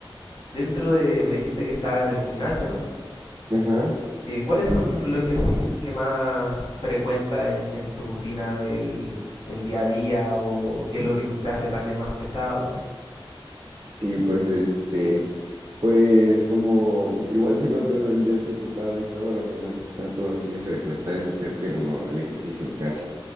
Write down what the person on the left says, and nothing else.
dentro de, me dijiste que estaba en el gimnasio, ¿no?
Eh, ¿cuáles
son los ejercicios que más frecuentas en, en tu rutina del, del día a día o qué
es lo que te hace también más pesado?